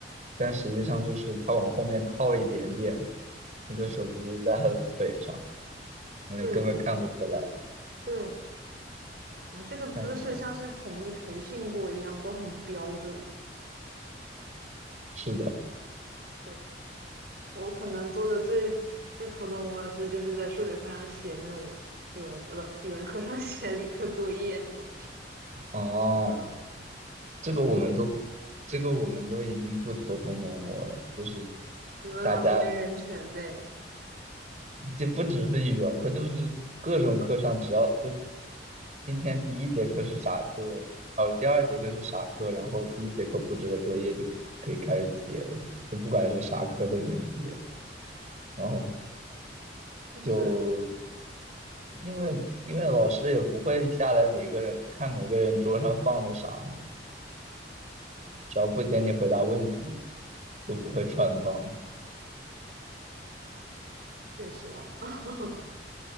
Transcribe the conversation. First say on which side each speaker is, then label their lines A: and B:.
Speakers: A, on the right; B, on the right.
A: 但实际上就是他往后面靠一点点，那个手机在他的腿上，
B: 嗯，
A: 然后你根本看不出来。
B: 对对对对，然后这个姿势像是统一培训过一样，
A: 太牛了，
B: 都很标准。
A: 是的，
B: 对啊，是我可能做的最最头疼我的事，就是在数学课上写那种语文，呃，不，语文课上 <laughs> 写理科作业那种，
A: 哦，
B: 嗯，
A: 这个我们都，
B: 偷偷的。
A: 这个我们都已经不偷偷摸摸了，就是。
B: 语文老师没人权呗？
A: 大家。就不只是语文课，就是各种课上，只要就今天第一节课是啥课，哦，第二节课是啥课，然后第一节课布置的作业就可以开始写了，就不管是啥课都能写。然后
B: 但是，
A: 就因为因为老师也不会下来每个人看每个人桌上放的啥嘛
B: 哎，
A: 只要不点你回答问题，就不会穿帮。
B: 是确实哦，<laughs>